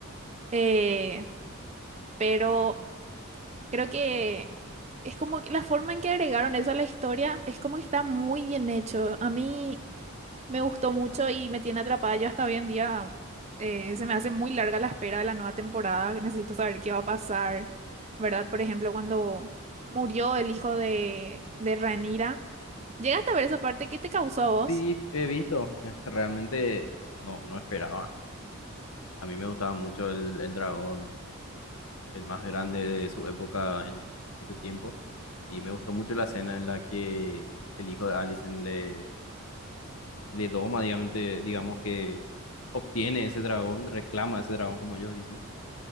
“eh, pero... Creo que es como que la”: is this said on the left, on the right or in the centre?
Right